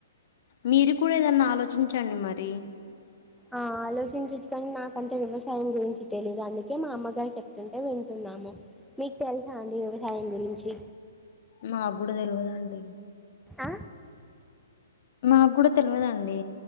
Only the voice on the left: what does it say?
మీరు కూడా ఏదన్నా ఆలోచించండి మరి
మాకు కూడా తెలవదండి
మా కూడా తెల్వదండి